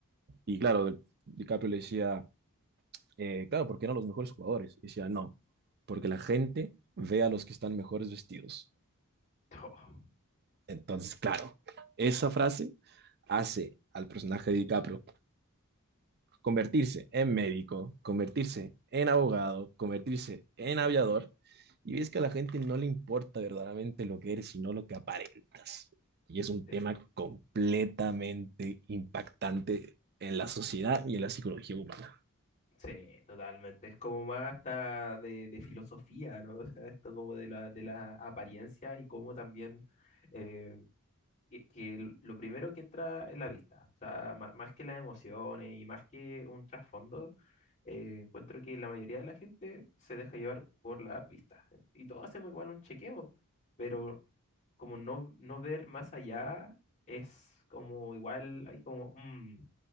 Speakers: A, on the right; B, on the left.
A: Y claro, DiCaprio le decía, eh, claro, porque eran los mejores jugadores. Y decía, no, porque la gente ve a los que están mejores vestidos.
B: <laughs> Oh,
A: Entonces, claro, esa frase hace al personaje de DiCaprio convertirse en médico, convertirse en abogado, convertirse en aviador, y ves que a la gente no le importa verdaderamente lo que eres, sino lo que aparentas. Y es un
B: sí.
A: tema completamente impactante en la sociedad y en la psicología humana.
B: Sí, totalmente. Es como más hasta de, de filosofía, ¿no? <laughs> O sea, esto como de la, de la apariencia y cómo también eh, que, que l- lo primero que entra es la vista. O sea, ma- más, que las emociones y más que un trasfondo, eh, encuentro que la mayoría de la gente se deja llevar por la vista. Y todos hacemos igual un chequeo, pero como no, no ver más allá es como igual, hay como, mm,